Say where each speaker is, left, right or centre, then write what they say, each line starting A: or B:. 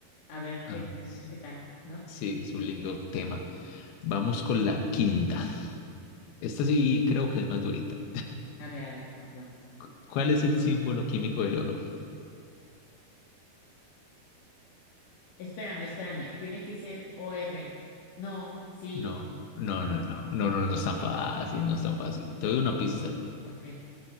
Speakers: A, on the left (about 60°); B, on the left (about 75°).
A: A ver
B: Ah,
A: qué,
B: s-
A: a ver qué tal, ¿no?
B: sí, es un lindo tema. Vamos con la quinta. Esta sí creo que es más durita.
A: A ver, a ver, vamos, vamos.
B: Cu- ¿Cuál es el símbolo químico del oro?
A: Espérame, espérame. Tiene que ser O R. No, ¿sí?
B: No, no, no, no, no, no, no es tan fácil, no es tan fácil. Te doy una pista.
A: Ok.